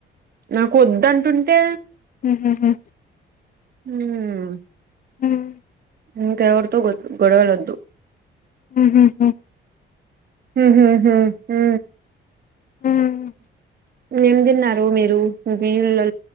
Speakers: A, on the right (about 50°); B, on the left (about 45°).
A: నాకొద్దంటుంటే
B: హుహుహు.
A: హుమ్
B: హుమ్
A: ఇంక ఎగొడవలు వద్దు
B: హ హ హ
A: హుమ్ హు హు
B: హ్మ్.
A: ఏం తిన్నారు మీరు మీ పిజి లో